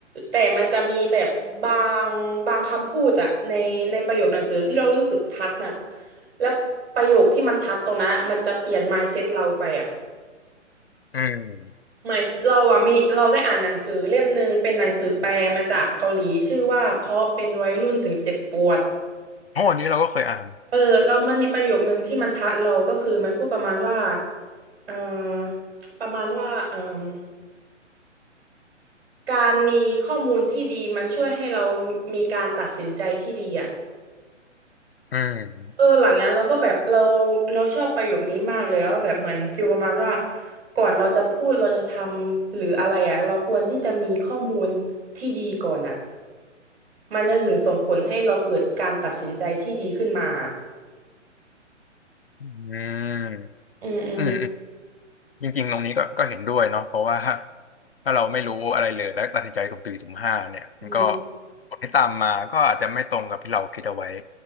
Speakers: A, on the right; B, on the left.
A: แต่มันจะมีแบบบางบางคำพูดอะในในประโยคหนังสือที่เรารู้สึกทัดน่ะแล้วประโยคที่มันทัดตรงนั้นอะมันจะเปลี่ยน mindset เราไปอะ
B: อืม
A: หมายเราอะมีเราได้อ่านหนังสือเล่มหนึ่งเป็นหนังสือแปลมาจากเกาหลีชื่อว่าเพราะเป็นวัยรุ่นถึงเจ็บปวด
B: โอ้อันนี้เราก็เคยอ่าน
A: เออเรามันมีประโยคนึงที่มันทัดเราก็คือมันพูดประมาณว่าเอ่อประมาณว่าเอ่อการมีข้อมูลที่ดีมันช่วยให้เรามีการตัดสินใจที่ดีอ่ะ
B: อืม
A: เออหลังนั้นเราก็แบบเราเราชอบประโยคนี้มากเลยแล้วแบบเหมือนฟีลประมาณว่าก่อนเราจะพูดเราจะทำหรืออะไรอ่ะเราควรที่จะมีข้อมูลที่ดีก่อนอ่ะมันจะถึงส่งผลให้เราเกิดการตัดสินใจที่ดีขึ้นมา
B: อืม
A: อืมอืม
B: อืมอืม จริงๆ ตรงนี้ก็ก็เห็นด้วยเนาะเพราะว่า <laughs> ถ้าเราไม่รู้อะไรเลยและตัดสินใจตุ่มสี่มตุ่มห้าเนี่ยมันก็
A: อืม
B: ผลที่ตามมาก็อาจจะไม่ตรงกับที่เราคิดเอาไว้